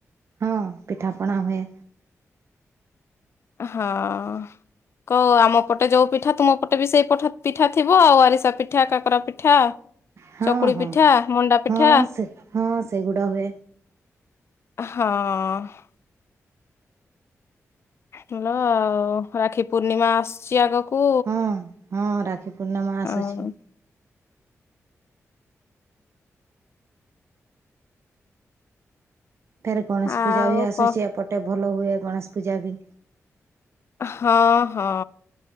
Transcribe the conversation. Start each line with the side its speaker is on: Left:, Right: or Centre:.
Right: ହଁ ପିଠାପଣା ହୁଏ।
Left: ହଁ। କ ଆମ ପଟେ ଯୋଉ ପିଠା ତୁମ ପଟେ ବି ସେଇପଠା ପିଠା ଥିବ ଆଉ ଆରିସା ପିଠା କାକରା ପିଠା।
Right: ହଁ
Left: ଚକୁଳି
Right: ହଁ
Left: ପିଠା ମଣ୍ଡା ପିଠା
Right: ହଁ ସେ ହଁ ସେଗୁଡା ହୁଏ।
Left: ହଁ। ଭଲ ଆଉ ରାକ୍ଷୀ ପୂର୍ଣ୍ଣିମା ଆସୁଛି ଆଗକୁ।
Right: ହଁ ହଁ ରାକ୍ଷୀ ପୂର୍ଣ୍ଣିମା ଆସୁଚି।
Left: ଆଉ
Right: ଫେରେ ଗଣେଶ
Left: ଆଉ
Right: ପୂଜା ବି ଆସୁଛି
Left: କ
Right: ଏପଟେ ଭଲ ହୁଏ ଗଣେଶ ପୂଜା ବି।
Left: ହଁ ହଁ।